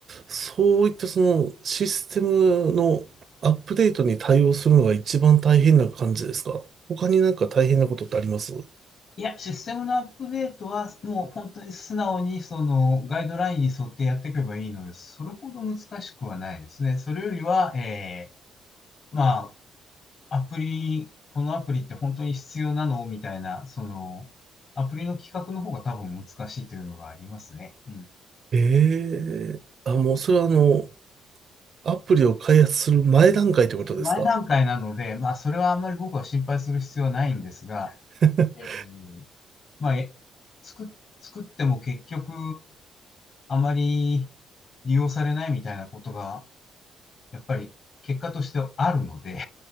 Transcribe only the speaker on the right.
そういったそのシステムのアップデートに対応するのが一番大変な感じですか他になんか大変なことってあります
ええあ、もうそれはあの、アプリを開発する前段階ってことですか
<laughs>